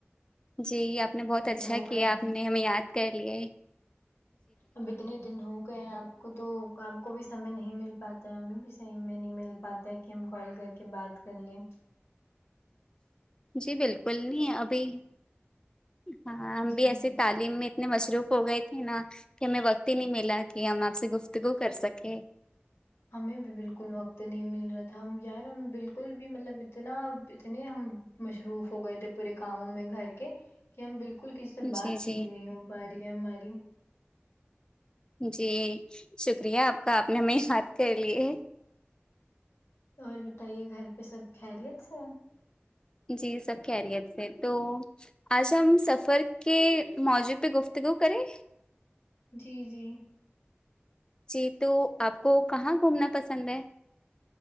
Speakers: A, on the left (about 20°); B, on the left (about 80°).
A: جی آپ آپ نے بہت
B: دن
A: اچھا
B: ہو گئے
A: کیا آپ
B: ہیں
A: نے ہمیں یاد کر لیا
B: اب اتنے دن ہو گئے ہیں آپ کو تو آپ کو بھی سمے نہیں مل پاتا ہے ہمیں بھی سمے میں نہیں مل پاتا ہے کہ ہم کال کر کے بات کر لے
A: جی بالکل نہیں ابھی ہاں ہم
B: جی
A: بھی ایسے
B: جی
A: تعلیم میں اتنے مصروف ہو گئے تھے نا کہ ہمیں وقت ہی نہیں ملا کہ ہم آپ سے گفتگو کر سکے
B: ہمیں بھی بالکل وقت نہیں مل رہا تھا ہم یار ہم بالکل بھی مطلب اتنا اتنے ہم مشروف ہو گئے تھے پورے کاموں میں گھر کے کہ ہم بالکل کسی سے بات
A: جی
B: چیت
A: جی
B: ہی نہیں ہو پا رہی ہے ہماری
A: جی شکریہ آپ کا آپ نے ہمیں یاد کرلئے
B: اور بتائیے گھر پہ سب خیریت سے
A: جی سب خیریت سے تو آج ہم سفر کے موضوع پہ گفتگو کریں
B: جی جی
A: جی تو آپ کو کہاں گھومنا پسند ہے